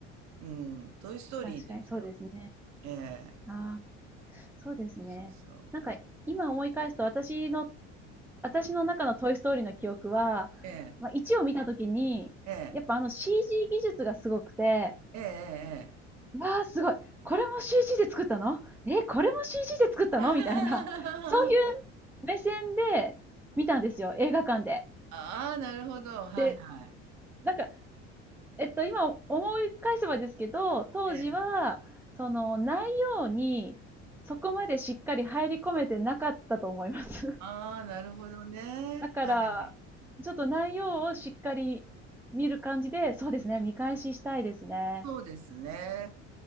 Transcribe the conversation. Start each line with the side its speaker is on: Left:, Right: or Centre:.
Right: うん、トイストーリーですよ。
Centre: 確かにそうですね。
Right: ええ、
Centre: ああ、そうですね。
Right: そうそう。
Centre: なんか、今思い返すと私の、私の中のトイストーリーの記憶は、
Right: ええ、
Centre: まあ、1を見たときに、
Right: ええ、
Centre: やっぱあの CG 技術がすごくて、
Right: ええ、ええ。
Centre: わあ、すごい。これも CG で作ったのえ、これも CG で作ったのみたいな、
Right: <laughs>
Centre: そういう目線で見たんですよ、映画館で。
Right: ああ、なるほど。はいはい。
Centre: で、なんか、えっと、今思い返せばですけど、当時は、
Right: ええ。
Centre: その内容にそこまでしっかり入り込めてなかったと思います。<laughs>
Right: ああ、なるほどね。
Centre: だから、
Right: はい。
Centre: ちょっと内容をしっかり見る感じで、そうですね、見返ししたいですね。
Right: そうですね。